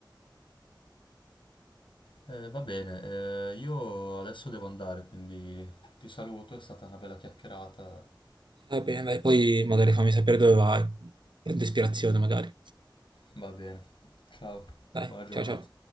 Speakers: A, on the left; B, on the right.
A: Eh, va bene, eh, io adesso devo andare, quindi ti saluto, è stata una bella chiacchierata.
B: Va bene, dai, poi magari fammi sapere dove vai. Prendo ispirazione magari.
A: Va bene, ciao,
B: Dai,
A: buona giornata.
B: ciao ciao.